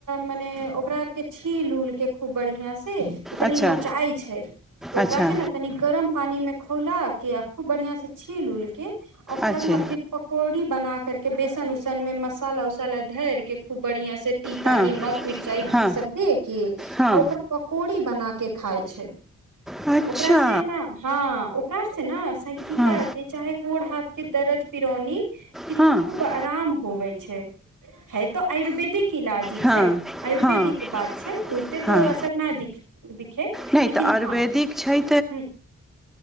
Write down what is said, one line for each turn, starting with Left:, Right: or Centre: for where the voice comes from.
Right: मने ओकरा आर के छील उल के खूब बढ़िया से तनि
Centre: अच्छा
Right: नोचाई छै तऽ ओकरा
Centre: अच्छा
Right: के ने तनि गरम पानी मे खौलक के आ खूब बढ़ियां से छील उल के कर
Centre: अच्छे
Right: न फिर पकौड़ी बना कर के बेसन उसन में मसाला उसाला धर के खूब बढ़िया से तीता
Centre: हँ
Right: नीमक मिरचाई
Centre: हँ
Right: ई सब दे के
Centre: हँ
Right: आ ओकर पकौड़ी बना के खाइ छै
Centre: अच्छा
Right: ओकरा से ने हँ कर छै ने टिका
Centre: हँ
Right: के चाहे मूर हाथ के दरद पिरौनी क
Centre: हँ
Right: तो खूब आराम होबय छै है त आयुर्वेदिक इलाजी
Centre: हँ
Right: छै आयुर्वेदिक
Centre: हँ
Right: बात छै तुरते
Centre: हँ
Right: तो असर नहि दिखे
Centre: नहि
Right: लेकिन
Centre: तऽ आयुर्वेदिक
Right: हँ
Centre: छै
Right: ह